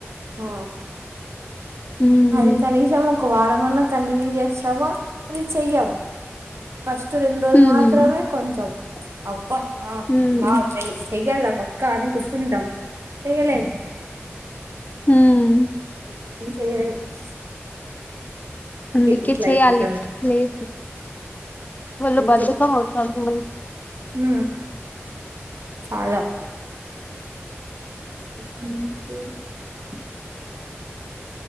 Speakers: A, on the right (about 75°); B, on the left (about 35°).
A: ఆ
B: మ్మ్
A: అది చనిషము క్వారం అన్నా కంటిన్యూ చేస్తామో లి చెయ్యం ఫస్ట్ రెండు రోజులు
B: మ్మ్
A: మాత్రమే కొంచెం అబ ఆ
B: మ్మ్
A: మాక్ తెలీదు చేయాల్న ఒక్క అని కూసన్టాం చెయ్యలేము
B: ఉమ్
A: <unintelligible>
B: అందుకే
A: ఇట్లా
B: చెయ్యలి
A: అయిపోతాను
B: లేసి ఒళ్ళు
A: అందుకే
B: బద్దకం అవుతుంది మళ్ళీ
A: ఉమ్ చాలా క <unintelligible>